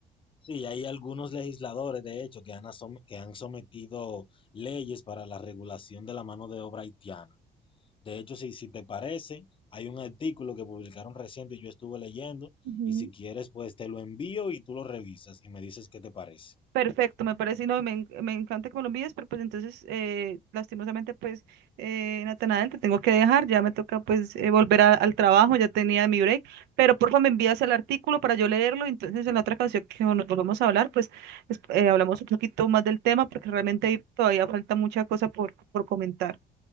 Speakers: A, on the left (about 30°); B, on the right (about 80°).
A: sí, hay algunos legisladores, de hecho, que han, asom- que han sometido leyes para la regulación de la mano de obra haitiana. De hecho, si, si te parece, hay un artículo que publicaron reciente y yo estuve leyendo,
B: Ujú.
A: y si quieres, pues te lo envío y tú lo revisas y me dices qué te parece.
B: Perfecto, me parece, y no, me, en- me encanta que me lo envíes, pero pues entonces, eh, lastimosamente, pues, eh, Natanael, te tengo que dejar, ya me toca pues eh, volver a- al trabajo, ya tenía mi break, pero porfa me envías el artículo para yo leerlo, y entonces en la otra ocasión que nos volvamos a hablar, pues es- eh, hablamos un poquito más del tema, porque realmente ahí todavía falta mucha cosa por, por comentar.